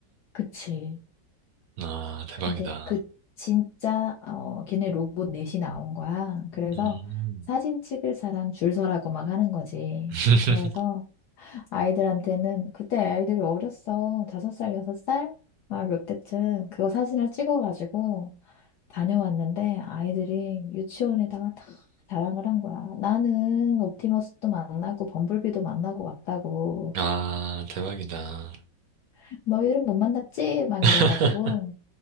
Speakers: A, on the left (about 70°); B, on the right (about 70°).
A: 그치.
B: 아, 대박이다.
A: 근데 그 진짜, 어, 걔네 로봇 넷이 나온 거야. 그래서
B: 음.
A: 사진 찍을 사람 줄 서라고 막 하는 거지.
B: <laughs>
A: 그래서 아이들한테는 그때 아이들이 어렸어. 다섯 살, 여섯 살? 막 요때쯤 그거 사진을 찍어가지고 다녀왔는데 아이들이 유치원에다가 다 자랑을 한 거야. 나는 옵티머스도 만나고 범블비도 만나고 왔다고.
B: 아, 대박이다.
A: <laughs> 너희들은 못 만났지? 막
B: <laughs>
A: 이래가지고